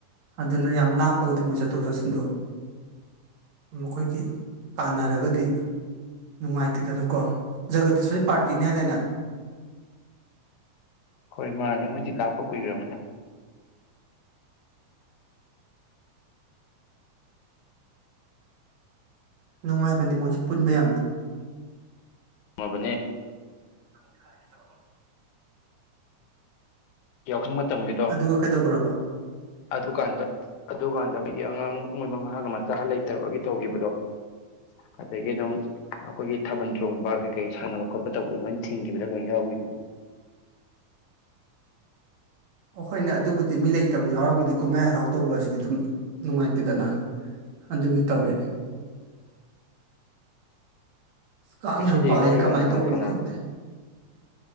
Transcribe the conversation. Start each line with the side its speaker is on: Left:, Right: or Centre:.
Right: ꯑꯗꯨꯅ ꯌꯥꯝ ꯂꯥꯞꯄꯒꯗꯤ ꯃꯣꯏ ꯆꯠꯊꯣꯛ ꯆꯠꯁꯤꯟꯗꯣ ꯃꯈꯣꯏꯒꯤ ꯀꯥꯟꯅꯔꯒꯗꯤ ꯅꯨꯡꯉꯥꯏꯇꯦꯗꯅꯀꯣ ꯖꯒꯗꯤ ꯁꯣꯏ ꯄꯥꯔꯇꯤꯅꯤ ꯍꯥꯏꯗꯅ
Left: ꯍꯣꯏ ꯃꯥꯅꯦ ꯃꯣꯏꯗꯤ ꯂꯥꯛꯄ ꯀꯨꯏꯈ꯭ꯔꯕꯅꯤꯗ
Right: ꯅꯨꯡꯉꯥꯏꯕꯅꯦ ꯃꯣꯏꯁꯦ ꯄꯨꯟꯕꯌꯥꯝꯅ
Left: ꯃꯕꯨ
Right: ꯍꯦ ꯁ
Left: ꯀ ꯋꯥ ꯇꯝꯈꯤꯗꯣ
Right: ꯑꯗꯨꯒ ꯀꯩꯗꯧꯈ꯭ꯔꯕ
Left: ꯑꯗꯨꯀꯥꯟꯗ ꯑꯗꯨꯗꯨꯀꯥꯟꯗ ꯑꯉꯥꯡ ꯃꯣꯏ ꯃꯃꯥꯒ ꯃꯆꯥ ꯂꯩ ꯐꯠꯇꯕꯒꯤ ꯇꯧꯈꯤꯕꯗꯣ ꯑꯗꯒꯤ ꯑꯗꯨꯝ ꯑꯩꯈꯣꯏꯒꯤ ꯊꯥꯕꯜ ꯆꯣꯡꯕ ꯀꯩ ꯀꯩ ꯁꯥꯟꯅꯕ ꯈꯣꯠꯄ ꯇꯧꯕꯗꯣ ꯂꯣꯏꯅ ꯊꯤꯡꯈꯤꯕꯗ ꯂꯣꯏ ꯌꯥꯎꯒꯔꯤꯗꯣ
Right: ꯑꯩꯈꯣꯏꯅꯦ ꯑꯗꯨꯕꯨꯗꯤ ꯃꯤ ꯂꯩꯇꯕ ꯌꯥꯎꯔꯒꯗꯤ ꯀꯨꯝꯍꯩ ꯍꯔꯥꯎ ꯇꯧꯕ ꯑꯁꯤꯗꯤ ꯑꯗꯨꯝ ꯅꯨꯡꯉꯥꯏꯇꯦꯗꯅ ꯑꯗꯨꯒꯤ ꯇꯧꯋꯤꯅꯦ ꯀꯥꯡ
Left: ꯉꯁꯤꯗꯤ
Right: ꯌꯥꯝ ꯄꯥꯏ
Left: ꯋꯥꯔꯤ
Right: ꯀꯃꯥꯏꯅ
Left: ꯀꯅꯥ ꯀꯅꯥ
Right: ꯇꯧꯕꯅꯣ
Left: ꯁꯥꯟꯅꯔꯕ
Right: ꯈꯪꯗꯦ